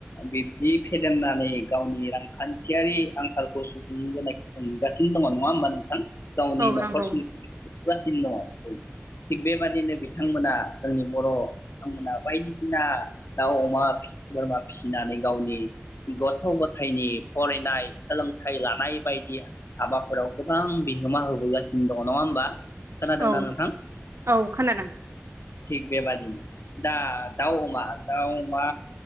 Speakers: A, on the left; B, on the right.
A: बिब्दि फदेरनानै गावनि रां खान्थियारि आंखालखौ सुफुंबोनायखौ नुगासिनो दङ नङा होमबा नोंथां गावनि
B: औ
A: नख'र
B: नंगौ
A: सुंनायखौ नुबोगासिनो दङ थिग बेबादिनो बिथांमोना जोंनि बर' बिथांमोना बायदिसिना दाउ अमा बोरमा फिसिनानै गावनि गथ' गथायनि फरायनाय सोलोंथाइ लानाय बायदि हाबाफोराव गोबां बिहोमा होबोगासिनो दङ नङा होमबा खोनादोंना
B: औ
A: नोंथां
B: औ खोनादों
A: थिग बेबादिनो दा दाउ अमा दाउ, अमा